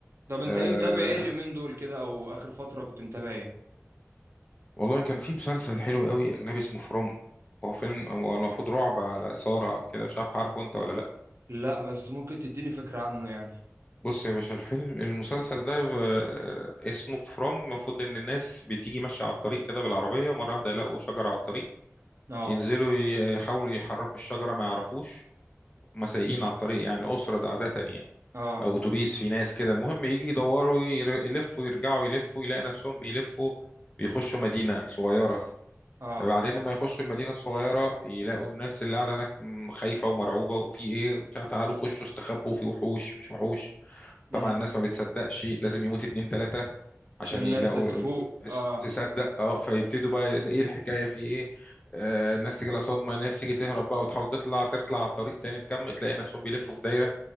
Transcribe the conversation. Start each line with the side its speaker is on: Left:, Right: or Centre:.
Right: طب
Left: أه
Right: انت ايه متابع ايه اليومين دول كده او اخر فترة كنت متابع ايه
Left: والله كان في مسلسل حلو قوي اجنبي اسمه فروم هو فيلم هو المفروض رعب على اثارة على كده مش عارف عارفه انت ولا لا
Right: لا بس ممكن تديني فكرة عنه يعني
Left: بص يا باشا الفيلم المسلسل ده ب- آه، اسمه فروم المفروض ان الناس بتيجي ماشية على الطريق كده بالعربية ومرة واحدة يلاقوا شجرة على الطريق
Right: اه
Left: ينزلوا يحاولوا يحركوا الشجرة ما يعرفوش هما سايقين
Right: مم.
Left: على الطريق يعني أسرة عادة يعني
Right: اه
Left: او اتوبيس في ناس كده المهم يجي يدوروا ير- يلفوا يرجعوا يلفوا يلاقي نفسهم بيلفوا بيخشوا مدينة صغيرة
Right: اه
Left: بعدين لما يخشوا المدينة الصغيرة يلاقوا الناس اللي قاعدة هناك م- خايفة ومرعوبة وفي ايه وبتاع تعالوا خشوا استخبوا في وحوش مش وحوش
Right: امم
Left: طبعا الناس ما بتصدقش لازم يموت اتنين تلاتة عشان
Right: عشان الناس
Left: يلاقوا
Right: تفوق
Left: ال- اس-
Right: اه
Left: تصدق اه فيبتدوا بقى ايه إيه الحكاية في ايه آه الناس تجي لها صدمة الناس تيجي تهرب بقى وتحاول تطلع تطلع على الطريق تاني تكمل تلاقي نفسهم بيلفوا في دايرة